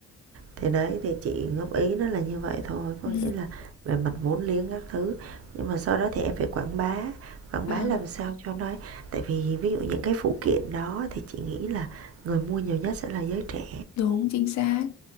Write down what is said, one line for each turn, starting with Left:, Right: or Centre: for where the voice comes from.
Right: Thì đấy, thì chị góp ý nó là như vậy thôi, có
Left: Ừ,
Right: nghĩa là về mặt vốn liếng các thứ, nhưng mà sau đó thì em phải quảng bá, quảng
Left: vâng,
Right: bá làm sao cho nó tại vì ví dụ những cái phụ kiện đó thì chị nghĩ là người mua nhiều nhất sẽ là giới trẻ.
Left: đúng chính xác.